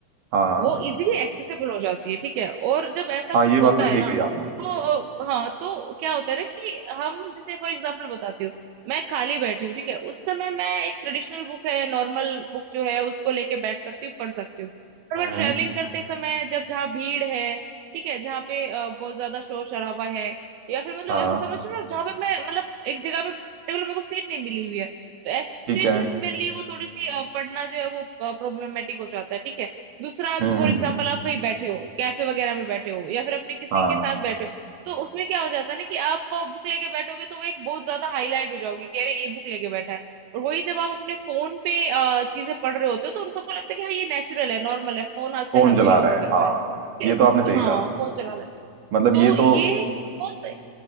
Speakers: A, on the right; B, on the right.
A: हाँ हाँ
B: वो इजीली एक्सेसिबल हो जाती है ठीक है और जब ऐसा
A: हाँ
B: कुछ
A: ये बात
B: होता
A: तो सही
B: है ना
A: कही आपने
B: तो अ, हाँ तो क्या होता है ना कि हम जैसे फॉर एग्जांपल बताती हूँ मैं खाली बैठी हूँ ठीक है उस समय मैं एक ट्रेडिशनल बुक है नॉर्मल बुक जो है उसको लेके बैठ सकती हूँ पढ़ सकती हूँ पर
A: हम्म
B: मैं ट्रेवलिंग करते समय जब जहाँ भीड़ है ठीक है जहाँ पे अ, बहुत ज्यादा शोर शराबा है या फिर मतलब
A: हाँ
B: ऐसा समझ लो ना जहाँ पे मैं मतलब एक जगह पे टेबल मेरे को सीट नहीं मिली हुई है तो ऐसी सिचुएशन
A: ठीक है
B: में मेरे लिए वो थोड़ी सी अ, पढ़ना जो है वो प्रॉब्लमेटिक हो जाता है ठीक है दूसरा
A: हम्म
B: फॉर
A: हम्म
B: एग्जाम्पल
A: हम्म,
B: आप कहीं बैठे हो कैफे वगैरह में बैठे हो या फिर अपने किसी
A: हाँ
B: के साथ बैठे हो तो उसमें क्या हो जाता है ना कि आप बुक लेके बैठोगे तो वो एक बहुत ज्यादा हाईलाइट हो जाओगे कि अरे ये बुक लेके बैठा है और वही जब आप अपने फोन पे अ, चीजें पढ़ रहे होते हो तो उन सबको लगता है कि हाँ ये नेचुरल है नॉर्मल है फोन आजकल
A: फोन
B: हर कोई
A: चला
B: यूज
A: रहा है
B: करता
A: हाँ
B: है ये-
A: ये तो आपने सही
B: हाँ
A: कहा
B: फोन चला रहा है
A: मतलब
B: तो
A: ये तो
B: ये बहुत-